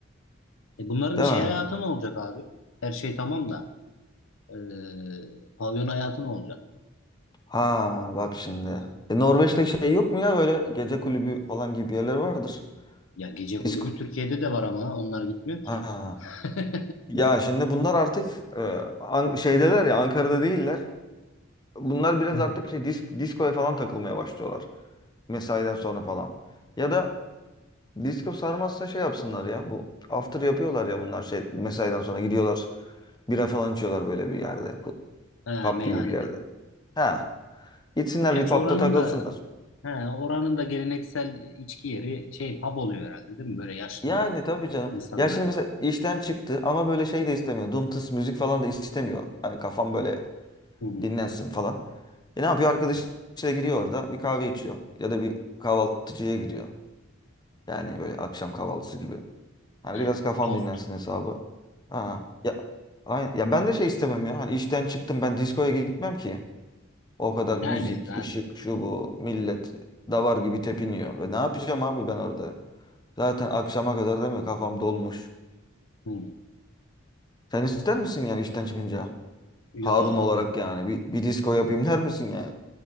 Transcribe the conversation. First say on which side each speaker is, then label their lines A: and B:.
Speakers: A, on the left; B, on the left.
A: E bunların
B: Değil
A: şey
B: mi?
A: hayatı ne olacak abi? Her şey tamam da e, pavyon hayatı ne olacak?
B: Ha bak şimdi. E, Norveç'te şey yok mu ya böyle gece kulübü falan gibi yerler vardır.
A: Ya gece kulübü
B: Disko.
A: Türkiye'de de var ama onlar gitmiyor ki.
B: Ha.
A: <laughs> Hı
B: Ya şimdi bunlar artık e, An- şeydeler ya Ankara'da değiller. Bunlar biraz
A: hı.
B: artık şey disk diskoya falan takılmaya başlıyorlar. Mesaiden sonra falan. Ya da disko sarmazsa şey yapsınlar ya bu after yapıyorlar ya bunlar şey mesaiden sonra gidiyorlar. Bira falan içiyorlar böyle bir yerde. Ku-
A: Ha,
B: Pub
A: meyhanede.
B: gibi bir yerde. Ha. Gitsinler
A: Gerçi
B: bir pubda
A: oranın
B: takılsınlar.
A: da he, oranın da geleneksel içki yeri şey pub oluyor herhalde değil mi? Böyle yaşlı
B: Yani tabii canım.
A: insanlar
B: Ya şimdi
A: falan.
B: mesela işten çıktı ama böyle şey de istemiyor. Dum tıs müzik falan da istemiyor. Hani kafam böyle
A: Hı hı.
B: dinlensin falan. E ne yapıyor? Arkadaşıyla gidiyor orada bir kahve içiyor. Ya da bir kahvaltıcıya gidiyor. Yani böyle akşam kahvaltısı gibi. Hani
A: Aynen.
B: biraz kafam
A: Tost.
B: dinlensin hesabı. Aa, ya, aynen. Ya ben de şey istemem ya. Hani işten çıktım ben diskoya gitmem ki. O kadar müzik,
A: Yani zaten.
B: ışık, şu bu. Millet davar gibi tepiniyor. Ve ne yapacağım abi ben orada? Zaten akşama kadar değil mi? Kafam dolmuş.
A: Hı.
B: Sen ister misin yani işten çıkınca?
A: Yok
B: Harun olarak
A: yok.
B: yani bir, bir disco yapayım der misin yani?